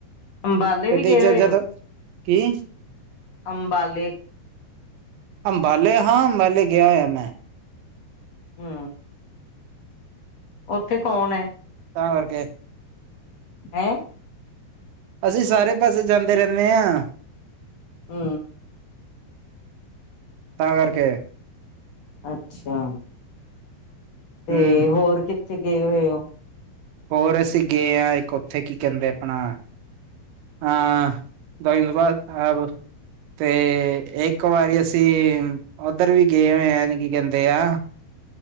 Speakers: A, on the left (about 50°); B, on the right (about 85°).
A: ਅੰਬਾਲੇ
B: ਤੇ
A: ਵੀ
B: ਤੀਜਾ
A: ਗ ਹੋਏ
B: ਜਦੋਂ
A: ਉਹ।
B: ਕੀ
A: ਅੰਬਾਲੇ।
B: ਅੰਬਾਲੇ ਹਾਂ। ਅੰਬਾਲੇ ਗਿਆ ਹੋਇਆ ਮੈਂ
A: ਹੁੰ ਉੱਥੇ ਕੌਣ ਹੈ?
B: ਤਾਂ ਕਰਰਕੇ
A: ਹੈਂ।
B: ਅਸੀਂ ਸਾਰੇ ਪਾਸੇ ਜਾਂਦੇ ਰਹਿੰਦੇ ਆਂ।
A: ਹੁੰ
B: ਤਾਂ ਕਰਕੇ
A: ਅੱਛਾ ਤੇ
B: ਹੂੰ
A: ਹੋਰ ਕਿੱਥੇ ਗਏ ਹੋਏ ਹੋ।
B: ਹੋਰ ਅਸੀਂ ਗਏ ਹਾਂ ਇੱਕ ਉੱਥੇ ਕੀ ਕਹਿੰਦੇ ਆਪਣਾ ਹਾਂ ਦ ਤੋਂ ਬਾਅਦ ਆ <unintelligible> ਤੇ ਇੱਕ ਵਾਰੀ ਅਸੀਂ ਉੱਧਰ ਵੀ ਗਏ ਹੋਏ ਹ ਕੀ ਕਹਿੰਦੇ ਆ